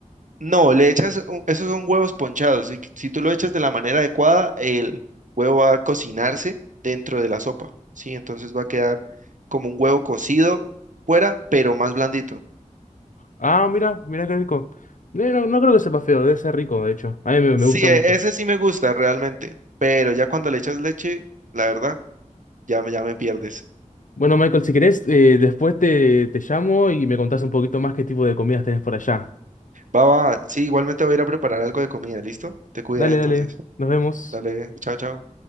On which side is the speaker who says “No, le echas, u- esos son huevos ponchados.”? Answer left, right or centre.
Right